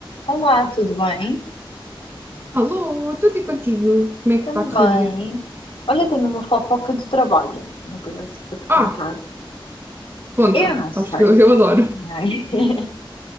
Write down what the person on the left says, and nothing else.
Olá, tudo bem?
Também.
Olha, tenho uma fofoca do trabalho, uma coisa assim para te contar.
Eu não sei.
Ai. <laughs>